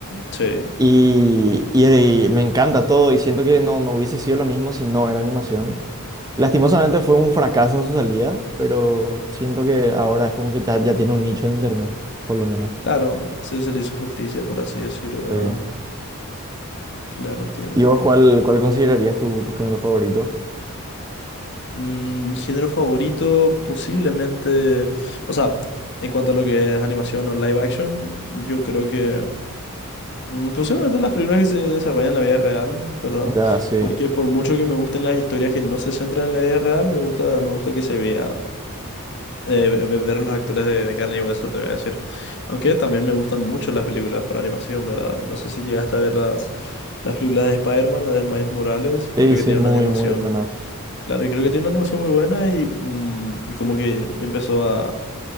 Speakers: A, on the left (about 50°); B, on the right (about 15°).
A: sí,
B: Y, y me encanta todo y siento que no, no hubiese sido lo mismo si no era animación. Lastimosamente fue un fracaso en su salida, pero siento que ahora es como que ya, ya tiene un nicho en internet, por lo menos.
A: claro, se, se le hizo justicia, por así decirlo, ¿verdad?
B: Sí.
A: Claro, entiendo,
B: ¿Y
A: entiendo.
B: vos cuál, cuál considerarías tu, tu género favorito?
A: Mm, género favorito, posiblemente, o sea, en cuanto a lo que es animación o live action, yo creo que... Mm, Posiblemente las películas que se desarrollan en la vida real, ¿verdad?
B: Ya, sí.
A: Porque por mucho que me gusten las historias que no se centran en la vida real, me gusta, me gusta que se vea, eh, ve- ve- ver los actores de, de carne y hueso, te voy a decir. Aunque también me gustan mucho las películas por animación, ¿verdad? No sé si llegaste a ver las, las películas de Spider-Man, la de Miles Morales, que
B: Sí,
A: creo
B: sí,
A: que tiene
B: muy,
A: una animación,
B: muy buena.
A: claro, y creo que tiene una animación muy buena y, mm, y como que empezó a